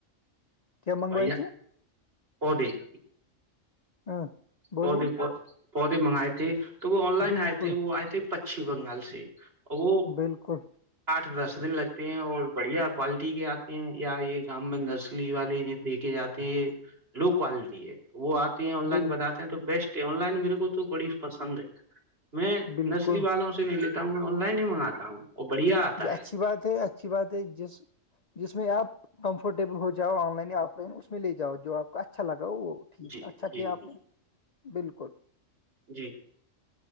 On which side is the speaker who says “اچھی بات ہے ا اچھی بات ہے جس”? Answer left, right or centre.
Left